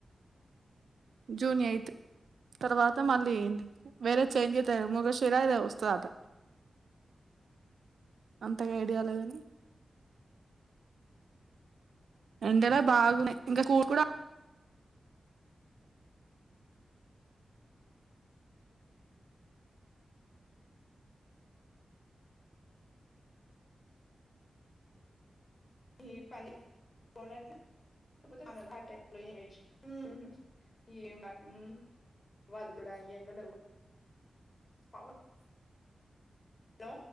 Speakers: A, on the right (about 80°); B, on the left (about 30°).
A: జూన్ ఎయిత్ తర్వాత మళ్ళీ వేరే చేంజ్ అయితే ముగషిర ఏదో వస్తుదట అంతగా ఐడియా లే గాని ఎండలే బాగున్నయి ఇంక <unintelligible>
B: ఈ పని పోనెట్ల్ <unintelligible> వాళ్ళు కూడా ఈ ఎండలో <unintelligible> లో